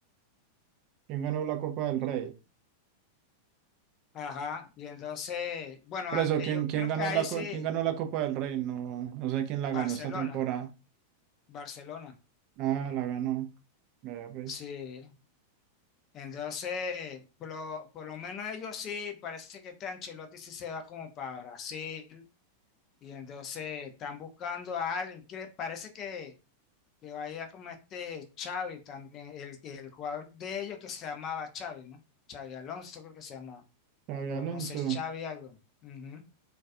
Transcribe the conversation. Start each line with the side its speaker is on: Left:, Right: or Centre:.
Right: ¿Quién ganó la Copa del
Left: Y-
Right: Rey?
Left: ajá, y entonces, bueno,
Right: Por
Left: aunque
Right: eso, ¿quién,
Left: yo
Right: quién
Left: creo
Right: ganó
Left: que ahí
Right: la,
Left: sí,
Right: co- quién ganó la Copa del Rey? No, no sé quién la ganó
Left: Barcelona,
Right: esta temporada.
Left: Barcelona,
Right: Ah, la ganó. Vea, pues.
Left: sí. Entonces, por lo, por lo menos ellos sí, parece que este Ancelotti sí se va como para Brasil y entonces están buscando a alguien, que parece que, que va a ir como este Xavi también, el, el jugador de ellos que se llamaba Xavi, ¿no? Xavi Alonso creo que se llamaba,
Right: Xabi
Left: o
Right: Alonso.
Left: no sé, Xavi algo. Ujú.